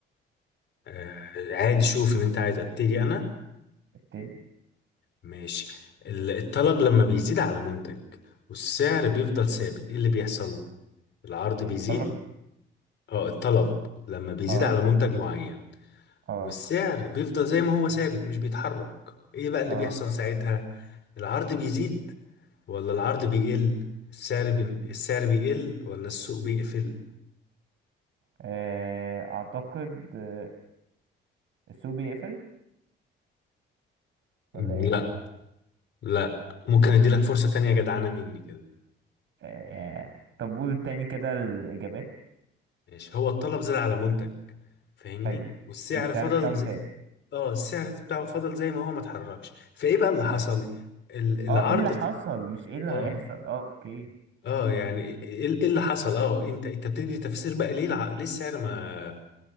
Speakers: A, on the left; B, on the right.
A: آه عادي شوف ان انت عايز ابتدي انا
B: ابتدي
A: ماشي ال- الطلب لما بيزيد على منتج والسعر بيفضل ثابت ايه اللي بيحصل العرض بيزيد
B: الطلب
A: اه الطلب لما بيزيد
B: اه
A: على منتج معين
B: اه
A: والسعر بيفضل زي ما هو ثابت مش بيتحرك ايه بقى اللي
B: اه
A: بيحصل اه ساعتها العرض بيزيد ولا العرض بيقل السعر بي... السعر بيقل ولا السوق بيقفل
B: آه، اعتقد آه، السوق بيقفل ولا
A: مم،
B: ايه
A: لا لا ممكن اديلك فرصة تانية جدعانة مني كده
B: آه، طب قول تاني كده الاجابات
A: ماشي هو الطلب زاد على منتج فاهمني
B: حلو
A: والسعر
B: والسعر
A: فضل
B: بتاعه
A: مم. زي...
B: ثابت
A: اه السعر بتاعه فضل زي ما هو ما اتحركش فايه بقى اللي حصل
B: حلو
A: ال... العرض
B: اه ايه اللي حصل مش ايه اللي
A: اه
B: هيحصل اه اوكي
A: اه يعني ايه إيه اللي حصل اه انت انت بتدي تفسير بقى ليه الع... ليه السعر ما